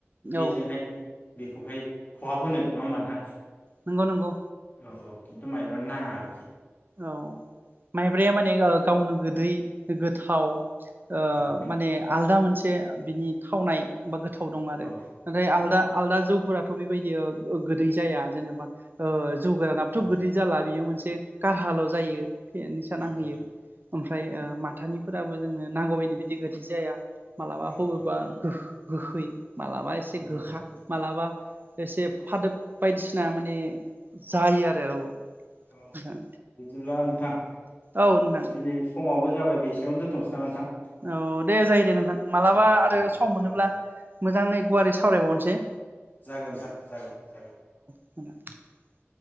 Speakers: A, on the left; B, on the right.
A: बेजोंहाय
B: औ
A: बेखौहाय खहाब होनो नङा होमबा नोंथां?
B: नंगौ नंगौ
A: अ औ खिन्थु माइ नाङा आरोखि
B: औ मायब्राया माने ओ गावनो गोदै गोथाव ओ
A: औ नोंथां
B: माने आलदा मोनसे बिनि थावनाय बा गोथाव दं आरो
A: औ
B: नाथाय आलदा
A: औ
B: आलदा जौफोरा थ बेबायदि ओ ओ गोदै जाया जेनेबा ओ जौ गोरानाबोथ
A: नंगौ
B: गोदै
A: नोंथां
B: जाला बियो मोनसे हाल जायो फे निसा
A: नंगौ
B: नांहोयो
A: नोंथां नंगौ नोंथां
B: ओमफ्राय ओ माथानि फोराबो जोंनो नांगौ बायदि बिदि बादि जाया मालाबा
A: औ
B: हबेबा
A: नोंथां
B: गो गोखै मालाबा एसे
A: नंगौ
B: गोखा,
A: नोंथां
B: मालाबा एसे
A: औ
B: फादोब बायदिसिना माने जायो आरो औ
A: अ
B: नोंथां
A: बिदिब्ला नों थां
B: औ नोंथां
A: दिनै समाबो जाबाय बेसेयाव दोनथसै नामा नोंथां?
B: औ दे जायो दे नोंथां मालाबा
A: जा
B: आरो
A: दे
B: सम मोनोब्ला
A: औ
B: मोजाङै गुवारै सावराय बावनोसै
A: जागोन नोंथां जागोन जागोन।
B: <unintelligible>